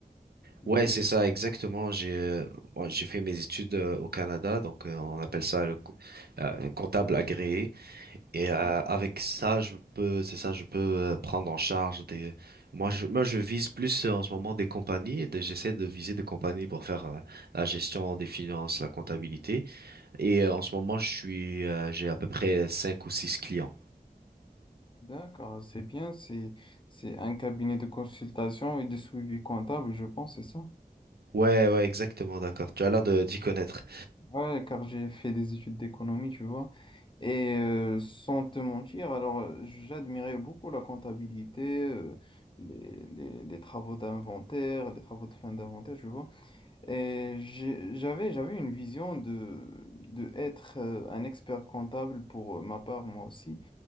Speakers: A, on the left; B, on the right.
A: de...
B: Ouais, c'est ça, exactement. J'ai, euh, moi, j'ai fait mes études euh, au Canada, donc euh, on appelle ça le co- euh, comptable agréé. Et
A: Ouais.
B: euh, avec ça, je peux, c'est ça, je peux euh, prendre en charge des. Moi, je, moi, je vise plus euh, en ce moment des compagnies. des- J'essaie de viser des compagnies pour faire euh, la gestion des finances, la comptabilité. Et euh, en ce moment, je suis, euh, j'ai à peu près cinq ou six clients.
A: D'accord, c'est bien. C'est, c'est un cabinet de consultation et de suivi comptable, je pense, c'est ça.
B: Ouais, ouais, exactement, d'accord. Tu as l'air de d'y connaître.
A: Ouais, car j'ai fait des études d'économie, tu vois. Et euh, sans te mentir, alors euh, j'admirais beaucoup la comptabilité, euh, les, les, les travaux d'inventaire, les travaux de fin d'inventaire, tu vois. Et j'ai- j'avais, j'avais une vision de, de être euh, un expert comptable pour euh, ma part, moi aussi.